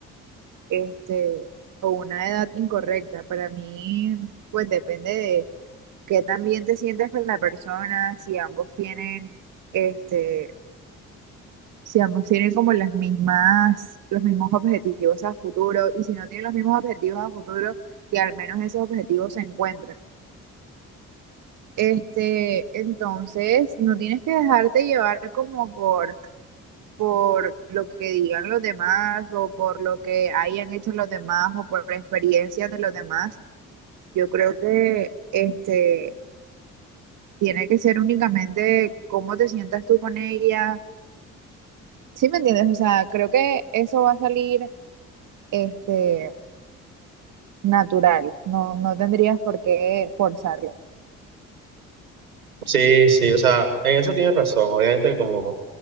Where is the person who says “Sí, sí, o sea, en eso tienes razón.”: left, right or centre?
Right